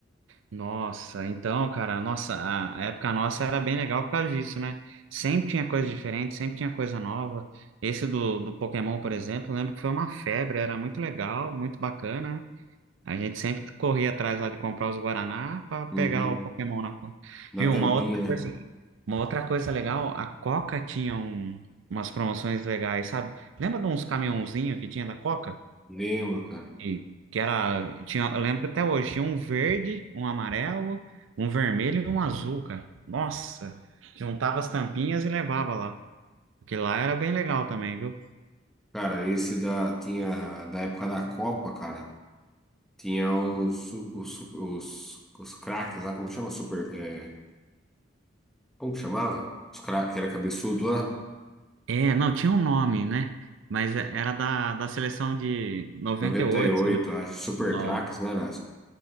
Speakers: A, on the right; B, in the centre.
A: nossa. Então, cara, nossa, a a época nossa era bem legal por causa disso, né? Sempre tinha coisa diferente, sempre tinha coisa nova. Esse do, do Pokémon, por exemplo, eu lembro que foi uma febre, era muito legal, muito bacana. né? A gente sempre corria atrás lá de comprar os Guaraná para
B: Uhum.
A: pegar o Pokémon na conta.
B: Na
A: Viu?
B: tampinha,
A: Uma outra
B: né?
A: coisa, uma outra coisa legal, a Coca tinha um- umas promoções legais, sabe? Lembra de uns caminhãozinhos que tinha da Coca?
B: Lembro, cara.
A: E, que era, tinha, eu lembro que até hoje tinha um verde, um amarelo, um vermelho e um azul, cara. Nossa, juntava as tampinhas e levava lá. Porque lá era bem legal também, viu?
B: Cara, esse da tinha da época da Copa, cara. Tinha os, su- os, su- os, os craques lá, como chama? Super, é, como que chamava? Os craques, que era cabeçudo lá,
A: É, não, tinha um nome, né? Mas era da, da seleção de noventa
B: noventa
A: e oito
B: e oito acho, super
A: não
B: craques, né? Era?